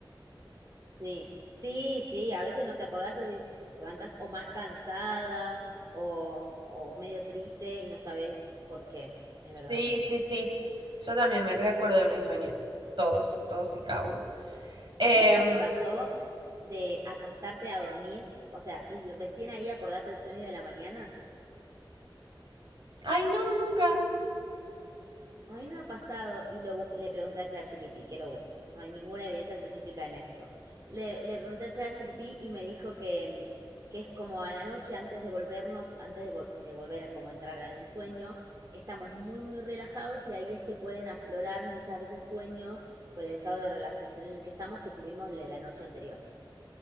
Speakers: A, on the right; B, on the right.
A: Sí, sí, sí, a veces no te acordás y decís, te levantás o más cansada o, o medio triste y no sabes por qué, es
B: Sí,
A: verdad.
B: sí, sí. Yo también me recuerdo de mis sueños. Todos, todos y cada uno. Em,
A: ¿Y nunca te pasó de acostarte a dormir? O sea, y recién ahí acordarte el sueño de la mañana.
B: ay, no, nunca.
A: A mí me ha pasado, y lo bus- le pregunté a ChatGPT que lo busque. No hay ninguna evidencia científica en esto. Le, le pregunté a ChatGPT y me dijo que, mm, que es como a la noche antes de volvernos, antes de, vol- de volver a como entrar en el sueño, estamos muy, muy relajados y ahí es que pueden aflorar muchas veces sueños por el estado de relajación en el que estamos que tuvimos la la noche anterior.